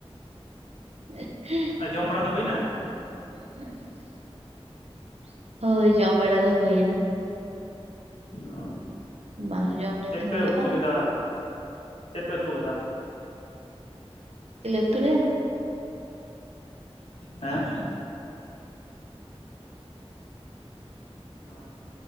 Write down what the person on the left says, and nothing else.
ᱠᱟᱱᱟ ᱡᱚᱢ ᱵᱟᱲᱟ ᱫᱚ ᱦᱩᱭᱱᱟ
ᱚ
ᱪᱮᱫ ᱯᱮ
ᱩᱛᱩ ᱞᱮᱫᱟ? ᱪᱮᱫ ᱯᱮ ᱩᱛᱩ ᱞᱮᱫᱟ?
ᱦᱮᱸ᱾ ᱚ